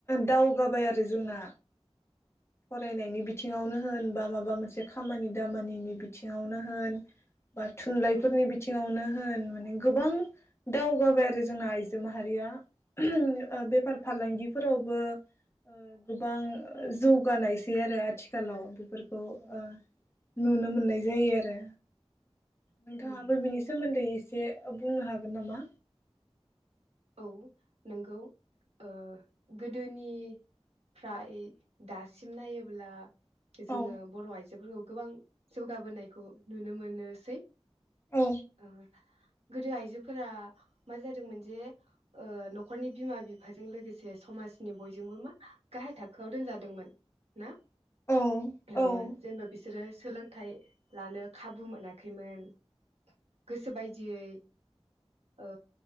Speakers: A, on the left (about 25°); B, on the right (about 75°).
A: दावगाबाय आरो जोंना फरायनायनि बिथिङावनो होन बा माबा मोनसे खामानि दामानिनि बि बिथिंआवनो होन बा थुनलाइफोरनि
B: औ
A: बिथिंआवनो होन माने गोबां दावगाबाय आरो जोंना आइजो माहारिया ओ बेफार फालांगिफोरावबो ओ गोबां जौ गानायसै आरो आथिखालाव बेफोरखौ ओ नुनो मोननाय जायो आरो नोंथाङाबो
B: ओं
A: बिनि सोमोन्दै एसे एसे बुंनो हागोन नामा
B: औ नोंगौ ओ गोदोनिफ्राय दासिम नायोब्ला जोङो
A: औ
B: बर' आइजोफोरखौ गोबां जौगाबोनायखौ नुनो मोनोसै
A: औ
B: ओ गोदो आइजोफोरा मा जादोंमोन जे ओ न'खरनि बिमा बिफाजों लोगोसे समाजनि बयजोंबो मा गाहाय थाखोआव दोनजादोंमोन ना।
A: औ
B: ओ
A: औ
B: जेनेबा बिसोरो सोलों थाइ लानो खाबु मोनाखैमोन गोसो बायदियै ओ